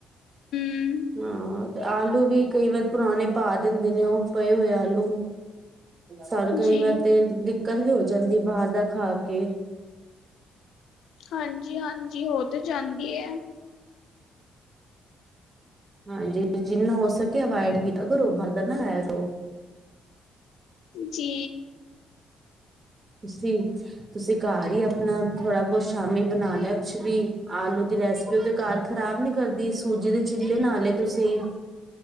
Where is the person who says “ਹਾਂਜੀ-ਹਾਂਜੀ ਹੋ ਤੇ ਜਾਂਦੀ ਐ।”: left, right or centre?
Left